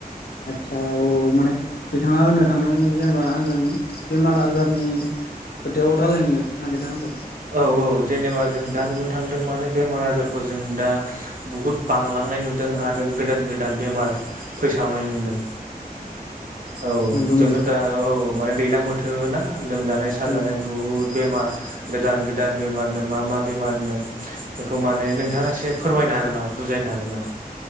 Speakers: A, on the left; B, on the right.
A: आदसा औ माने बिथाङा होननो थांदों जेनेबा आंजों बेमार आजारनि खोथायाव रायज्लायनो नागिरदों आंजों
B: औ औ जेनेबा जों दा नुनो थांदों माने बेमार आजारखौ जों दा बुहुद बांलांनाय नुदों आरो गोदान गोदान बेमार फैसावनाय नुदों औ
A: नंगौ
B: जोंथ'
A: नंगौ
B: दा औ म दैलां बोथोर ना लोमजानाय साजानाय
A: औ
B: बुहुद बेमार गोदान गोदान बेमार मा मा बेमारनो बेखौ माने नोंथाङा एसे फोरमायनो हागोन नामा बुजायनो हागोन नामा